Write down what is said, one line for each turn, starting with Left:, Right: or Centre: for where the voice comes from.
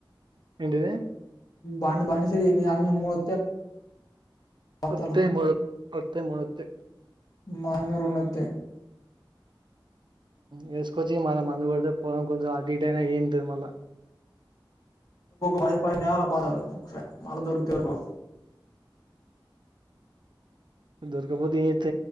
Right: ఏంటది
Left: బ బడిసరి మూడు బస్తాలు
Right: అత్త మ అత్త మత్
Left: మామి రణతే
Right: వేసుకొచ్చి మనం అందుకడితే పోం కొంచెం అడట్ అయినా ఏంటిది మళ్ళీ
Left: పది పది నేరాల బ మళ దూరకు తీర్కు
Right: దుర్గపోతిత